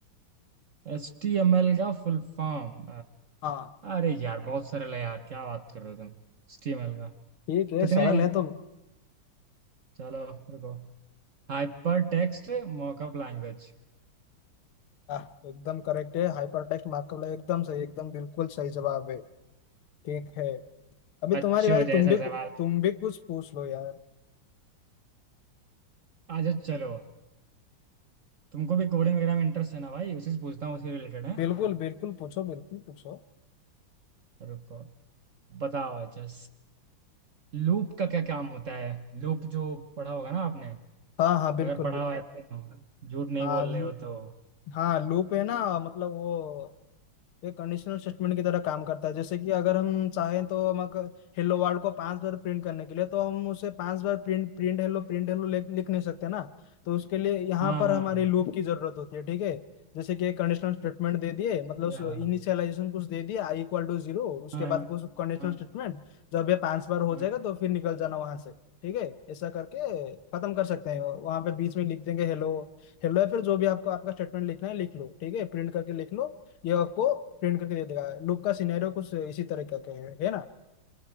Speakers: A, on the right (about 50°); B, on the left (about 80°).
A: एच टी एम एल का फुल फॉर्म
B: हाँ
A: अरे यार बहुत सरल है यार क्या बात कर रहे हो तुम एच टी एम एल का
B: ठीक है
A: कितने
B: सरल है तो
A: चलो रुको Hyper text mockup language
B: आह, एकदम करेक्ट है हाइपर टेक्स्ट मार्कअप लैंग्वेज एकदम सही एकदम बिल्कुल सही जवाब है ठीक है अभी
A: बच्चों
B: तुम्हारी बारी
A: जैसा
B: तुम भी
A: सवाल
B: तुम भी कुछ पूछ लो यार
A: अच्छा चलो तुमको भी कोडिंग वगैरह में इंटरेस्ट है ना भाई उसी से पूछता हूँ उसी रिलेटेड है
B: बिल्कुल बिल्कुल पूछो बिल्कुल पूछो
A: रुको बताओ अच्छा लूप का क्या काम होता है लूप जो पढ़ा होगा ना आपने
B: हाँ हाँ बिल्कुल
A: अगर पढ़ा
B: बिल्कुल
A: हुआ है तो झूठ नहीं
B: हाँ
A: बोल
B: लू-
A: रहे हो तो
B: हाँ लूप है ना मतलब वो ये कंडीशनल स्टेटमेंट की तरह काम करता है जैसे कि अगर हम चाहें तो हम अगर हेलो वर्ल्ड को पांच बार प्रिंट करने के लिए तो हम उसे पांच बार प्रिंट प्रिंट हेलो प्रिंट हेलो लिख लिख नहीं सकते ना तो उसके लिए यहाँ
A: हाँ
B: पर
A: हाँ
B: हमारी लूप की जरूरत होती है ठीक है जैसे कि कंडीशनल स्टेटमेंट
A: अच्छा
B: दे दिए मतलब
A: हाँ
B: इनिशियलाइजेशन कुछ दे दिया आई इक्वल टू जीरो उसके
A: हाँ
B: बाद कुछ कंडीशनल
A: हाँ
B: स्टेटमेंट जब ये पांच बार हो
A: हाँ
B: जाएगा तो फिर निकल जाना वहां से ठीक है ऐसा करके खत्म कर सकते हैं वहां पे बीच में लिख देंगे हेलो हेलो या फिर जो भी आपको आपका स्टेटमेंट लिखना है लिख लो ठीक है प्रिंट करके लिख लो ये आपको प्रिंट करके दे देगा लूप का सिनेरियो कुछ इसी तरह का के है है ना